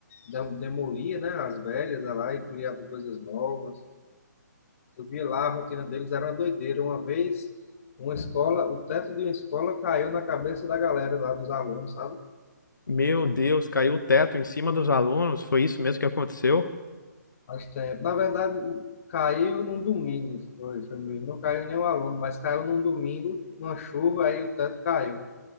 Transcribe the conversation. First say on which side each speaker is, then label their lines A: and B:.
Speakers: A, on the left; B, on the left.
A: dem- demolia, né, as velhas lá e criava coisas novas. Eu via lá a rotina deles era uma doideira. Uma vez uma escola, o teto de uma escola caiu na cabeça da galera lá dos alunos, sabe?
B: Meu Deus, caiu o teto em cima dos alunos, foi isso mesmo que aconteceu?
A: Faz tempo. Na verdade, o- caiu num domingo, foi, foi mesmo. Não caiu nenhum aluno, mas caiu num domingo, numa chuva, aí o teto caiu.